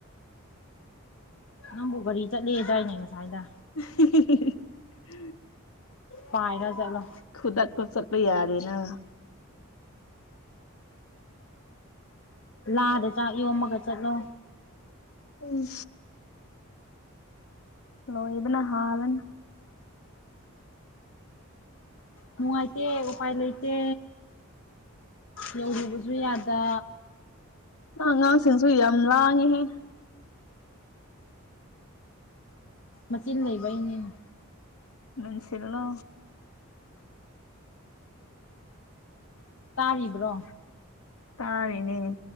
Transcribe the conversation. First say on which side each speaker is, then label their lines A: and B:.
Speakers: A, on the left (about 60°); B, on the left (about 80°).
A: ꯅꯪꯕꯨ ꯒꯥꯔꯤ ꯆꯠꯂꯦꯗꯥꯏꯅꯦ ꯉꯁꯥꯏꯗ
B: <unintelligible>
A: ꯄꯥꯏꯅ ꯆꯅ
B: ꯈꯨꯗꯥꯛ ꯁꯄ ꯌꯥꯗꯦꯅ
A: ꯂꯥꯗ ꯆꯥꯛ ꯌꯣꯝꯃꯒ ꯆꯠꯂꯣ
B: ꯎꯝ ꯂꯣꯏꯕꯅ ꯍꯥꯕꯅꯤ
A: ꯅꯨꯡꯉꯥꯏꯇꯦ ꯎꯄꯥꯏ ꯂꯩꯇꯦ ꯌꯔꯨꯕꯁꯨ ꯌꯥꯗ
B: ꯑ ꯑꯉꯥꯡꯁꯤꯡꯁꯨ ꯌꯥꯝ ꯂꯥꯡꯉꯦꯍꯦ
A: ꯃꯆꯤꯟ ꯂꯩꯕꯩꯅꯦꯅꯦ
B: ꯃꯁꯤꯔꯂꯣ
A: ꯇꯥꯔꯤꯕ꯭ꯔꯣ
B: ꯇꯥꯔꯅꯦ